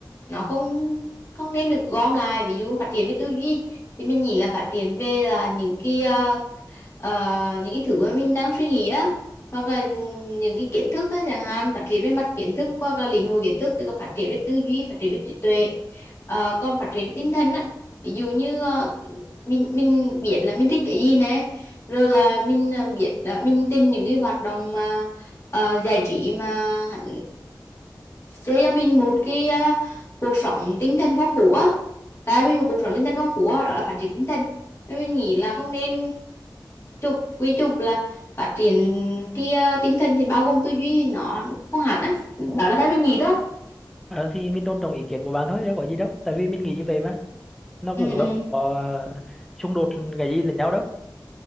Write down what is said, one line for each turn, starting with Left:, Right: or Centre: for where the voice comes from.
Left: nó không không nên được gom lại. Ví dụ phát triển về tư duy thì mình nghĩ là phát triển về là những cái à, ờ, những cái thứ mà mình đang suy nghĩ á hoặc là những những cái kiến thức á chẳng hạn phát triển về mặt kiến thức qua các lĩnh hội kiến thức tức là phát triển về tư duy phát triển về trí tuệ Ờ, còn phát triển về tinh thần á ví dụ như ờ, mình mình biết là mình thích cái gì nè rồi là mình ờ, biết là mình tìm những cái hoạt động mà ờ, giải trí mà hẳn sẽ cho mình một cái ờ, cuộc sống tinh thần phong phú á tại vì một cuộc sống tinh thần phong phú á, đó là phát triển tinh thần nên mình nghĩ là không nên trục quy trục là phát triển cái ờ, tinh thần thì bao gồm tư duy nó không hẳn á đó là theo mình nghĩ thôi
Centre: ờ, thì mình tôn trọng ý kiến của bạn thôi đâu có gì đâu tại vì mình nghĩ như vậy mà nó
Left: ừ,
Centre: cũng
Left: ừ.
Centre: đâu có xung đột cái gì lẫn nhau đâu